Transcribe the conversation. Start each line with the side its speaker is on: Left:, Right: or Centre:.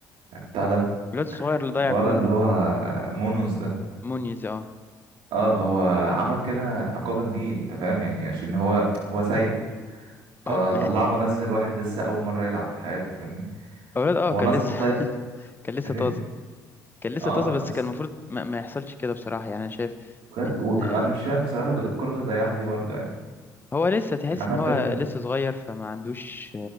Right: بتاع ده
Left: الواد الصغير اللي ضيع
Right: الولد
Left: الجون
Right: اللي
Left: ده
Right: هو مونوس ده
Left: مونيز اه
Right: اه هو عمل كده عقابا ليه انت فاهم يعني عشان هو هو سيء فطلعه
Left: آه، يعني
Right: ونزل واحد لسه اول مره يلعب في حياته فاهمني
Left: اولاد اه
Right: هو
Left: كان
Right: نزل
Left: لسه
Right: وطيب
Left: <laughs> كان لسه
Right: اهي
Left: طازه كان لسه
Right: اه
Left: طازه بس
Right: لسه
Left: كان المفروض ما, ما يحصلش كده بصراحه يعني انا شايف
Right: بجد
Left: ان
Right: وك... انا مش فاهم بصراحه الكره اللي ضيعها دي برضه يعني
Left: هو لسه تحس
Right: يعني انا
Left: ان
Right: بجد
Left: هو لسه صغير فما عندوش